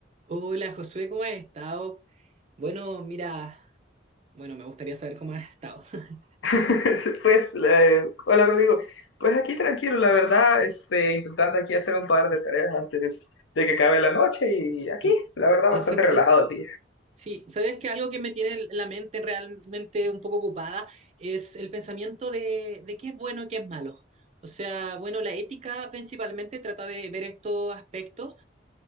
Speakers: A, on the right (about 35°); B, on the left (about 80°).
A: Hola Josué, ¿cómo has estado? Bueno, mira, bueno, me gustaría saber cómo has estado. <laughs>
B: <laughs> Pues, eh, hola Rodrigo. Pues aquí tranquilo, la verdad, este, intentando aquí hacer un par de tareas antes de que acabe la noche y aquí,
A: Y,
B: la verdad,
A: exacto.
B: bastante relajado el día.
A: Sí, sabes que algo que me tiene la mente realmente un poco ocupada es el pensamiento de, de qué es bueno y qué es malo. O sea, bueno, la ética principalmente trata de ver estos aspectos